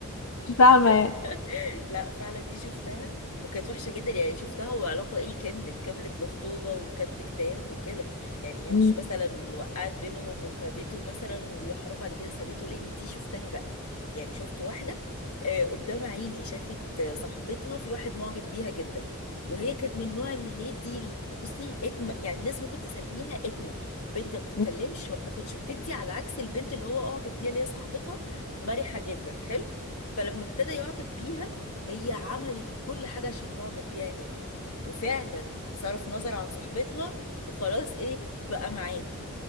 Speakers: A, on the left; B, on the left.
A: مش فاهمة يعني
B: <laughs> لا فعلا دي شفتها وكانت وحشة جدا يعني شفتها وعلاقة ايه كملت كملت لخطوبة وكاتب كتاب وكده يعني
A: مم.
B: هي مش مثلا وقعت بينهم وخدته مثلا ويا حرام بعد كده سابته لان دي شفتها بقى يعني شفت واحدة آه، قدام عيني شافت آه، صاحبتها في واحد معجب بيها جدا وهي كانت من النوع اللي هي دي ال- بصي اتمه يعني الناس ممكن تسميها اتمه بنت ما بتتكلمش
A: مم.
B: وما بتاخدش وتدي على عكس البنت اللي هو اعجب بيها اللي هي صاحبتها مرحه جدا حلو فلما ابتدى يعجب بيها هي عملت كل حاجة عشان يعجب بيها هي وفعلا صرف نظر عن صاحبتها وخلاص ايه بقى معاها